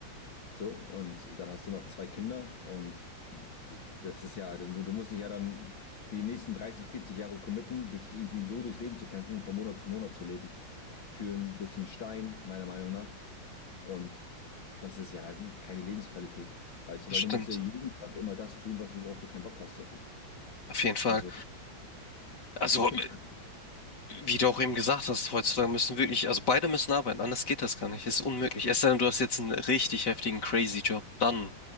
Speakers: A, on the left; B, on the left.
A: So, und dann hast du noch zwei Kinder und d- das ist ja, du, du musst dich ja dann für die nächsten 30, 40 Jahre committen, dich irgendwie so durchs Leben zu kämpfen und von Monat zu Monat zu leben. Für ein bisschen Stein, meiner Meinung nach. Und das ist ja keine Lebensqualität, weißt du,
B: das
A: weil
B: stimmt.
A: du musst ja jeden Tag immer das tun, was du, worauf du keinen Bock hast. So.
B: Auf jeden Fall.
A: Also
B: Also,
A: ich finde es krass.
B: wie du auch eben gesagt hast, heutzutage müssen wirklich, also beide müssen arbeiten, anders geht das gar nicht. Ist unmöglich. Es sei denn, du hast jetzt einen richtig heftigen crazy Job, dann